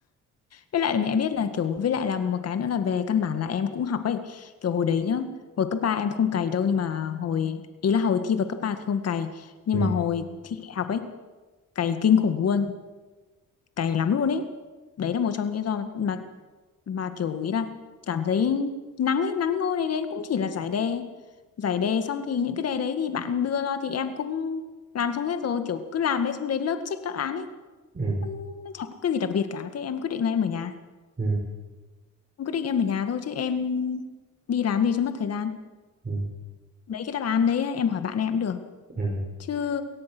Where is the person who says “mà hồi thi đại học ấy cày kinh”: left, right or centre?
Left